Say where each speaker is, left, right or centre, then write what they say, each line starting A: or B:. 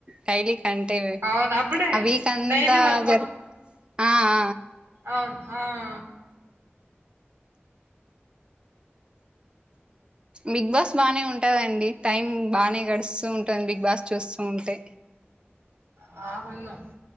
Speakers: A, on the right (about 25°); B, on the right (about 65°).
A: కైలీ కంటే
B: అవును. అప్పుడే
A: ఆ వీక్ అంతా
B: డైలీ వాళ్ళు
A: జరిపి ఆ ఆ
B: ఆమ్ ఆహా
A: బిగ్ బాస్ బానే ఉంటదండి టైం బానే గడుస్తూ ఉంటుంది బిగ్ బాస్ చూస్తూ ఉంటే
B: బాగున్ను